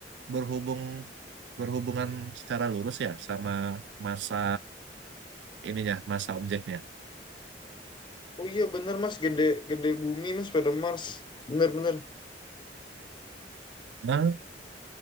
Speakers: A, on the right; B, on the left.
A: berhubung berhubungan secara lurus ya sama massa ininya, massa objeknya.
B: Oh iya bener Mas, gede gede bumi Mas pada Mars. Bener-bener.
A: Hah?